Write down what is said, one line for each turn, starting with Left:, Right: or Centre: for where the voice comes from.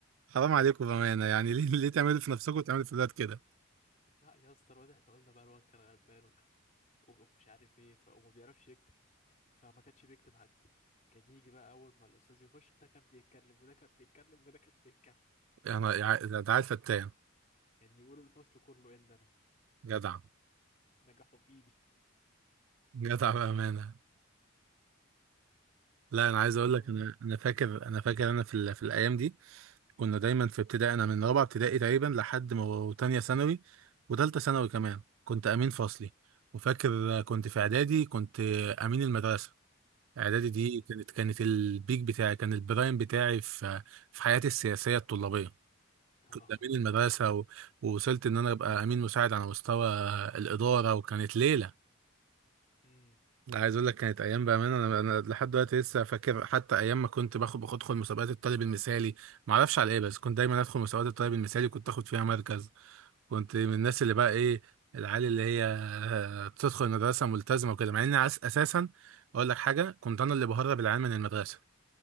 Right: حرام عليكم بأمانة يعني <laughs> ليه ليه تعملوا في نفسكم وتعملوا في الولاد كده
Left: <laughs> لا يا اسطى الواد احنا قلنا بقى الواد كان غلبان و- ومش عارف ايه ف... وما بيعرفش يكتب فما كانش بيكتب حد كان يجي بقى اول ما الاستاذ يخش ده كان بيتكلم وده كان بيتكلم وده كان بيتكلم
Right: يعني
Left: <laughs> كان
Right: ده عيل فتان
Left: كان يقول الفصل كله الا انا
Right: جدع
Left: نجحوا بايدي
Right: جدع بأمانة لا انا عايز اقول
Left: اه
Right: لك انا انا فاكر انا فاكر انا في ال- في الايام دي كنا دايما في ابتدائي انا من رابعه ابتدائي تقريبا لحد ما تانية ثانوي وتالتة ثانوي كمان كنت امين فصلي وفاكر كنت في اعدادي كنت امين المدرسه اعدادي دي
Left: <laughs>
Right: كانت
Left: امم
Right: كانت البيك بتاعي كان البرايم بتاعي في في حياتي السياسيه الطلابيه
Left: اه
Right: كنت امين المدرسه و- ووصلت ان انا ابقى امين مساعد على مستوى الاداره وكانت ليله
Left: امم
Right: لا، عايز اقول لك كانت ايام بامانه انا انا لحد دلوقتي لسه فاكر حتى ايام ما كنت باخد باخد ادخل مسابقات الطالب المثالي ما اعرفش على ايه بس كنت دايما ادخل مسابقات الطالب المثالي كنت اخد فيها مركز كنت من الناس اللي بقى ايه العيال اللي هي آه، بتدخل المدرسه ملتزمه وكده مع ان عس- اساسا اقول لك حاجه كنت انا اللي بهرب العيال من المدرسه